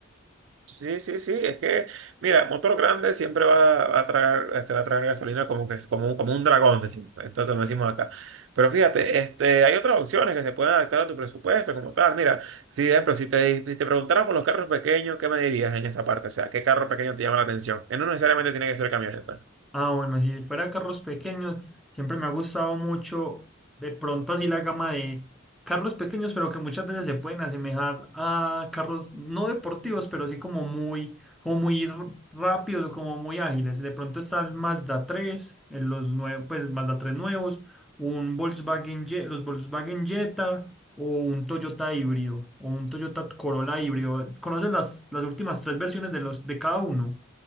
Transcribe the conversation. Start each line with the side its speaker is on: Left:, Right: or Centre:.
Right: Sí, sí, sí, es que, mira, motor grande siempre va a tragar, este, va a tragar gasolina como que, como, un- como un dragón, decimos, entonces lo decimos acá. Pero fíjate, este, hay otras opciones que se pueden adaptar a tu presupuesto como tal. Mira, si, por ejemplo, si te, si te preguntara por los carros pequeños, ¿qué me dirías en esa parte? O sea, ¿qué carro pequeño te llama la atención? Que no necesariamente tiene que ser camioneta.
Centre: Ah, bueno, si fuera carros pequeños, siempre me ha gustado mucho, de pronto así la gama de carros pequeños, pero que muchas veces se pueden asemejar a carros no deportivos, pero sí como muy, como muy r- rápidos, como muy ágiles. De pronto está el Mazda 3, eh, los nuevos, pues Mazda 3 nuevos, un Volkswagen, Ye- los Volkswagen Jetta o un Toyota híbrido o un Toyota Corolla híbrido. ¿Conoces las, las últimas tres versiones de los de cada uno?